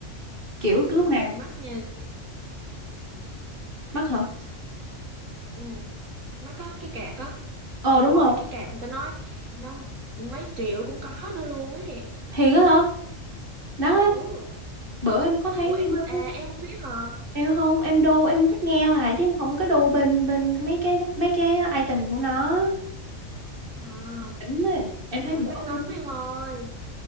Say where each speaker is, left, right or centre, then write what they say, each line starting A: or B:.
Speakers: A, on the right; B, on the right.
A: kiểu cái
B: Nhưng
A: lúc nào
B: mà mắt nha,
A: mắc hả
B: ừ. Mắt có cái cạc á.
A: ờ
B: Trời
A: đúng
B: ơi,
A: rồi
B: cái cạc người ta nói năm mấy triệu cũng có nữa luôn ấy.
A: thiệt á hả đắt á
B: Ừ.
A: bữa em có thấy
B: Ủa
A: mấy
B: em à
A: đứa
B: em không biết hả?
A: em không em đu em thích nghe hoài chứ không có đu bên bên mấy cái mấy cái item của nó
B: À,
A: đỉnh ấy. em
B: trời
A: thấy
B: ơi,
A: bữa
B: mắc lắm
A: bên
B: em ơi.